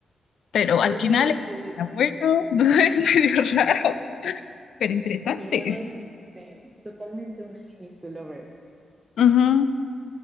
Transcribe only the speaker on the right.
Yo
me,
sí,
sí, la verdad es este, totalmente un unánime to lovers.